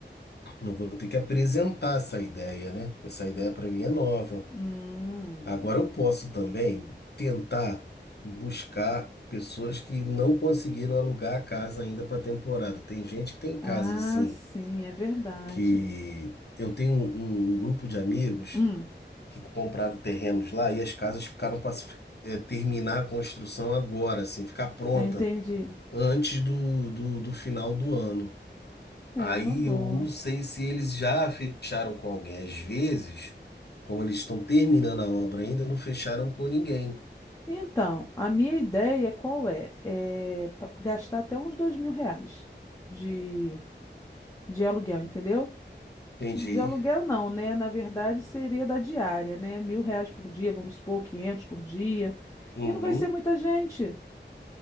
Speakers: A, on the left; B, on the left.
A: eu vou ter que apresentar essa ideia, né? Essa ideia para mim é nova.
B: Hum.
A: Agora eu posso também tentar buscar pessoas que não conseguiram alugar a casa ainda para temporada. Tem gente que tem casa
B: Ah,
A: assim
B: sim, é verdade.
A: que eu tenho um, um grupo de amigos
B: Hum,
A: que compraram terrenos lá e as casas ficaram para terminar a construção agora, assim, ficar pronta
B: eu entendi.
A: antes do, do, do final do ano.
B: É
A: Aí
B: uma boa.
A: eu não sei se eles já fecharam com alguém. Às vezes, como eles estão terminando a obra ainda, não fecharam com ninguém.
B: Então, a minha ideia qual é? É pa- gastar até uns dois mil reais de, de aluguel, entendeu?
A: Entendi.
B: De aluguel não, né? Na verdade, seria da diária, né? Mil reais por dia, vamos supor, 500 por dia.
A: Uhum.
B: E não vai ser muita gente.